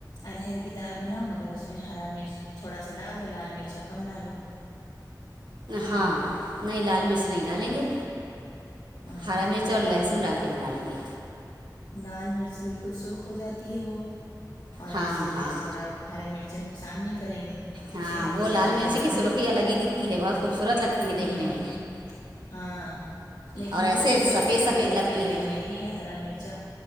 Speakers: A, on the left; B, on the right.
A: ارہر کی دال بناؤ مگر اس میں ہرا مرچ تھوڑا سا ڈال دو لال مرچا کم ڈالو
B: ہاں نہیں لال مرچ نہیں ڈالیں گے
A: ہاں
B: ہرا مرچ اور لہسن ڈال کر کے بنا لیں گے
A: لال مرچ بالکل سرخ ہو جاتی ہے وہ اور ایسے
B: ہاں
A: جو
B: ہاں
A: ہے تھوڑا ہرے مرچیں نقصان نہیں کریں گے
B: ہاں
A: صحت
B: وہ
A: کے لیے
B: لال
A: فائدے
B: مرچی
A: مند
B: کی سرخی
A: ہیں
B: الگ ہی دکھتی ہے بہت خوبصورت لگتی ہے دیکھنے
A: ہوں
B: میں
A: ہاں لیکن
B: اور ایسے
A: جو ہے
B: سفید
A: صحت
B: سفید
A: کے لیے
B: لگتی
A: فائدے
B: ہے
A: مند یہی ہے ہرا مرچا